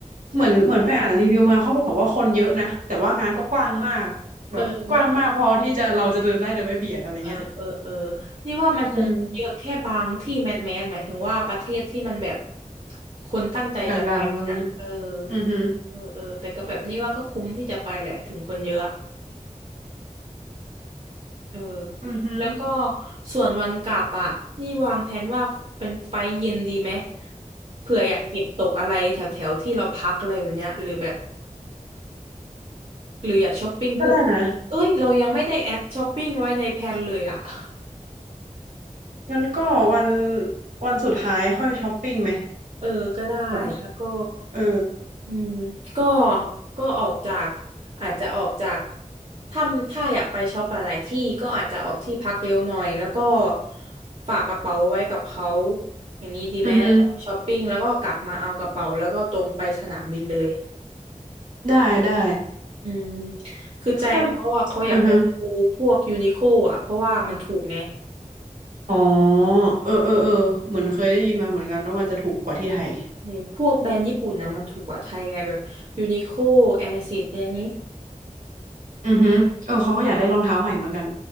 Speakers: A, on the right; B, on the right.
A: ใช่ปะ
B: เหมือนเหมือนไปอ่านรีวิวมาเขาบอกว่าคนเยอะนะแต่ว่างานก็กว้างมากแบบกว้างมากพอที่จะเราจะเดินได้โดยไม่เบียดอะไรเงี้ย
A: เออมันเออเออเออนี่ว่ามันคงเยอะแค่บางที่แมสแมสหมายถึงว่าประเทศที่มันแบบ
B: อืม
A: คนตั้งใจจะไปเนี่ยเออ
B: ดังๆอันนี้อือหือ
A: เออเออแต่ก็แบบนี่ว่าก็คุ้มที่จะไปแหละถึงคนเยอะอะเออ
B: อือหือ
A: แล้วก็ส่วนวันกลับอ่ะนี่วางแผนว่าเป็นไฟล์เย็นดีไหมเผื่ออยากเก็บตกอะไรแถวแถวที่เราพักอะไรแบบเนี้ยหรือแบบ หรืออยากช้อปปิ้งเพิ่มเติมเอ้ยเรายังไม่ได้แอดช้อปปิ้งไว้ในแพลนเลยอ่ะ
B: ก็ได้นะ
A: <laughs>
B: งั้นก็วันวันสุดท้ายค่อยช้อปปิ้งไหม
A: เออก็ได้แล้วก็
B: แบบเออ
A: อืมก็ก็ออกจากอาจจะออกจากถ้าถ้าอยากไปช็อปหลายๆที่ก็อาจจะออกที่พักเร็วหน่อยแล้วก็ฝากกระเป๋าไว้กับเขาอย่างนี้ดีไหมแล้วก็ไปช้อปปิ้งแล้วก็กลับมาเอากระเป๋าแล้วก็ตรงไปสนามบินเลย
B: อือหือได้ได้
A: อืมคือใจเขาอะเขาอยากไปดูพวกยูนิโคอ่ะเพราะว่ามันถูกไง
B: ถ้าอือหืออ๋อเออเออเออเหมือนเคยได้ยินมาเหมือนกันว่ามันจะถูกกว่าที่ไทย
A: เอ้ยพวกแบรนด์ญี่ปุ่นนะมันถูกกว่าไทยไงแบบยูนิโคแอร์ซิดเนี่ยนี้
B: อือหึอเออเขาก็อยากได้รองเท้าใหม่เหมือนกัน
A: เออ